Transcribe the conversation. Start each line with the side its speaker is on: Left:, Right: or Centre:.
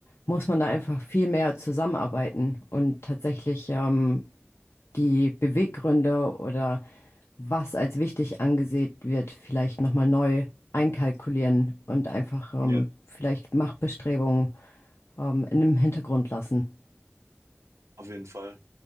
Left: muss man da einfach viel mehr zusammenarbeiten und tatsächlich ähm, die Beweggründe oder was als wichtig angesehen wird, vielleicht nochmal neu einkalkulieren und einfach ähm,
Right: Ja,
Left: vielleicht Machtbestrebungen ähm, in dem Hintergrund lassen.
Right: auf jeden Fall.